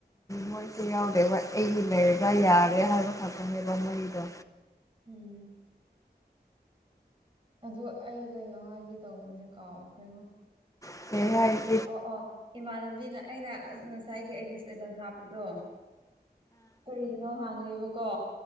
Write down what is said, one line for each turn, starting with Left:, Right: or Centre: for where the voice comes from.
Left: ꯃꯣꯏꯁꯦ ꯌꯥꯎꯗꯦꯕ ꯑꯩꯒꯤ ꯂꯩꯔꯒ ꯌꯥꯔꯦ ꯍꯥꯏꯕ ꯈꯥꯛꯇꯅꯦꯕ ꯃꯩꯗꯣ
Right: ꯎꯝ ꯑꯗꯨ ꯑꯩ ꯀꯩꯅꯣ ꯍꯥꯏꯒꯦ ꯇꯧꯕꯅꯦ ꯀꯥꯎꯈ꯭ꯔꯦꯉꯣ
Left: <unintelligible>
Right: ꯑꯣ ꯑꯣ ꯏꯃꯥꯟꯅꯕꯤꯅ ꯑꯩꯅ ꯉꯁꯥꯏꯒꯤ ꯑꯩꯒꯤ ꯏꯁꯇꯦꯇꯁ ꯍꯥꯞꯄꯗꯣ ꯀꯔꯤꯅꯣ ꯍꯥꯡꯉꯦꯕꯀꯣ